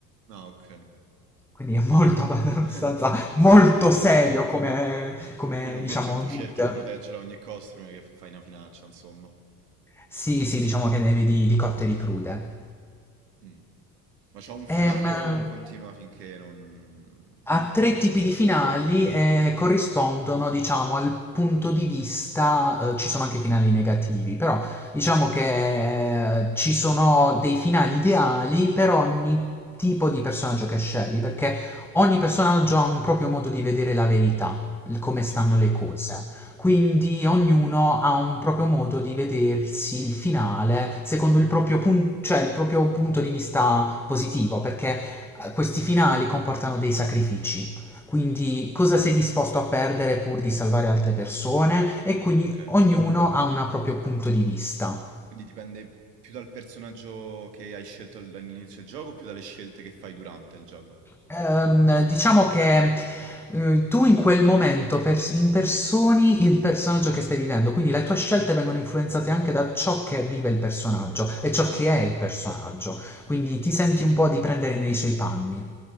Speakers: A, on the right; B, in the centre.
A: Ah, okay.
B: Quindi è
A: Quindi
B: molto <laughs> abbastanza
A: tu <laughs> sì,
B: molto
A: <laughs> l-
B: serio
A: l-
B: come, come
A: quindi l'obiettivo
B: diciamo
A: tu
B: mood.
A: cerchi di proteggerla a ogni costo prima che fai una finaccia, insomma.
B: Sì, sì, diciamo che ne vedi di cotte e di crude.
A: Mh. Ma c'ha un finale
B: Ehm, Ok.
A: o continua finché non...
B: ha tre
A: non lo so?
B: tipi di finali e corrispondono, diciamo, al punto di vista, eh, ci sono anche finali negativi, però diciamo che eh, ci sono dei finali ideali per ogni tipo di personaggio che scegli, perché ogni personaggio ha un proprio modo di vedere la verità, il come stanno
A: Sì?
B: le cose. Quindi ognuno ha un proprio modo di vedersi il finale secondo il proprio, pun- cioè il proprio punto di vista positivo, perché eh, questi finali comportano dei sacrifici. Quindi cosa sei disposto a perdere pur di salvare altre persone? E quindi
A: Ok.
B: ognuno ha un proprio punto di vista.
A: Quindi dipende più dal personaggio che hai scelto all- all'inizio del gioco, più dalle scelte che fai durante il gioco.
B: Ehm, diciamo che eh, tu in quel momento pers- impersoni il personaggio che stai vivendo, quindi le tue scelte vengono influenzate anche da ciò che vive il personaggio e ciò
A: Ok,
B: che è il personaggio, quindi ti senti un po' di prendere nei suoi panni,